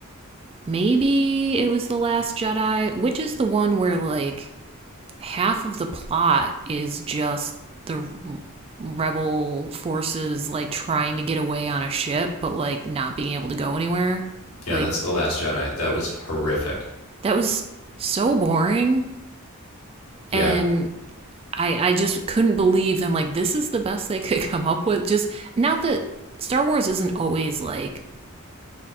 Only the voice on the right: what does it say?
Maybe it was the Last Jedi, which is the one where like half of the plot is just the rebel forces like trying to get away on a ship but like not being able to go anywhere
like
that was so boring
and i i just couldn't believe them like this is the best they <laughs> could come up with just not that star wars isn't always like